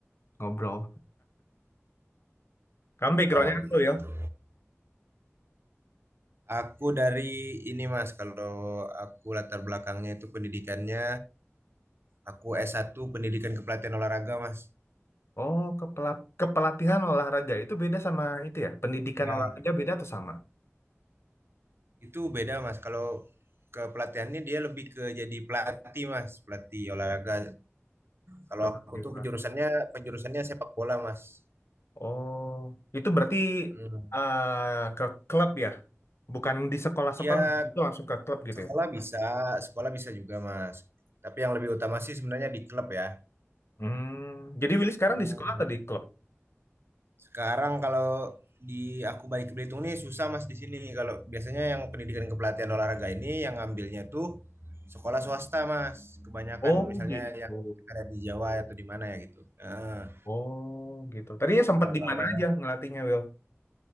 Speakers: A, on the left (about 60°); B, on the right (about 55°).
A: ngobrol. Kamu backgroundnya
B: oh
A: apa,
B: gitu.
A: Will?
B: Aku dari ini Mas, kalau aku latar belakangnya itu pendidikannya, aku S1 Pendidikan Kepelatihan Olahraga Mas.
A: Oh, kepela- kepelatihan olahraga itu beda sama itu ya? Pendidikan
B: Ya,
A: olahraga beda atau sama?
B: Itu beda mas, kalau ke pelatihannya dia lebih ke jadi pelatih mas, pelatih olahraga. Kalau
A: Oke,
B: aku tuh penjurusannya penjurusannya sepak bola mas.
A: Oh, itu berarti
B: Hmm.
A: eh, ke klub ya? Bukan di sekolah-sekolah,
B: Ya
A: itu langsung ke klub gitu
B: sekolah
A: ya?
B: bisa, sekolah bisa juga mas. Tapi yang lebih utama sih sebenarnya di klub ya.
A: Hmm, jadi Willy sekarang
B: Hmm.
A: di sekolah atau di klub?
B: Sekarang kalau di aku balik ke Belitung nih susah mas di sini. Kalau biasanya yang pendidikan kepelatihan olahraga ini yang ngambilnya tuh sekolah swasta mas. Kebanyakan
A: Oh
B: misalnya
A: gitu.
B: yang ada di Jawa atau di mana ya gitu. Nah,
A: Oh gitu. Tadinya sempat
B: Nah,
A: di
B: kalau
A: mana aja ngelatihnya Will?